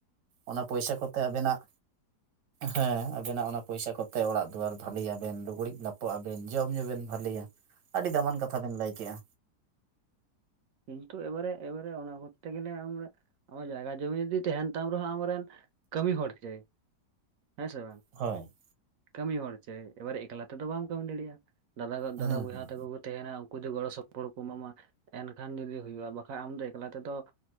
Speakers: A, on the right; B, on the right.
A: ᱚᱱᱟ ᱯᱚᱭᱥᱟ ᱠᱚᱛᱮ ᱟᱵᱮᱱᱟᱜ ᱦᱮᱸ ᱟᱵᱤᱱᱟᱜ ᱚᱱᱟ ᱯᱚᱭᱥᱟ ᱠᱚᱛᱮ ᱚᱲᱟᱜ ᱫᱩᱣᱟᱹᱨ ᱵᱷᱟᱞᱤᱭᱟᱵᱮᱱ, ᱞᱩᱜᱽᱲᱤᱡ ᱞᱟᱯᱚᱜ ᱟᱵᱮᱱ, ᱡᱚᱢ ᱧᱩ ᱵᱮᱱ ᱵᱷᱟᱹᱞᱮᱭᱟ, ᱟᱹᱰᱤ ᱫᱟᱢᱟᱱ ᱠᱟᱛᱷᱟ ᱵᱮᱱ ᱞᱟᱹᱭ ᱠᱮᱜᱼᱟ᱾
B: ᱠᱤᱱᱛᱩ ᱮᱵᱟᱨᱮ ᱮᱵᱟᱨᱮ ᱚᱱᱟ ᱠᱚᱨᱛᱮ ᱜᱮᱞᱮ ᱟᱢ ᱟᱢᱟᱜ ᱡᱟᱭᱜᱟ ᱡᱚᱢᱤ ᱡᱩᱫᱤ ᱛᱟᱦᱮᱱ ᱛᱟᱢ ᱨᱮᱦᱚᱸ ᱟᱢᱚᱨᱮᱱ ᱠᱟᱹᱢᱤ ᱦᱚᱲ ᱪᱟᱹᱭ, ᱦᱮᱸ ᱥᱮ ᱵᱟᱝ?
A: ᱦᱳᱭ᱾
B: ᱠᱟᱹᱢᱤ ᱦᱚᱲ ᱪᱟᱭ, ᱮᱵᱟᱨᱮ ᱮᱠᱞᱟ ᱛᱮᱫᱚ ᱵᱟᱢ ᱠᱟᱹᱢᱤ ᱫᱟᱲᱮᱭᱟᱜᱼᱟ, ᱫᱟᱫᱟ
A: ᱦᱩᱸ
B: ᱫᱟᱫᱟ ᱵᱚᱭᱦᱟ
A: ᱦᱩᱸ
B: ᱛᱟᱠᱚ ᱠᱚ ᱛᱟᱦᱮᱱᱟ᱾ ᱠᱩ ᱡᱩᱫᱤ ᱜᱚᱲᱚ ᱥᱚᱯᱚᱦᱚᱫ ᱠᱚ ᱮᱢᱟᱢᱟ ᱮᱱᱠᱷ ᱠᱷᱟᱱ ᱡᱩᱫᱤ ᱦᱩᱭᱩᱜᱼᱟ ᱵᱟᱠᱟᱱ ᱟᱢ ᱫᱚ ᱮᱠᱞᱟ ᱛᱮᱫᱚ